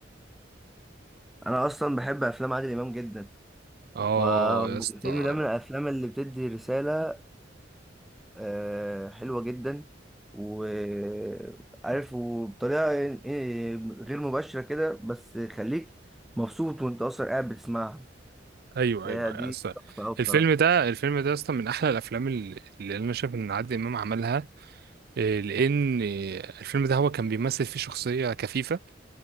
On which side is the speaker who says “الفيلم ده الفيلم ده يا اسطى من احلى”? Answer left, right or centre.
Right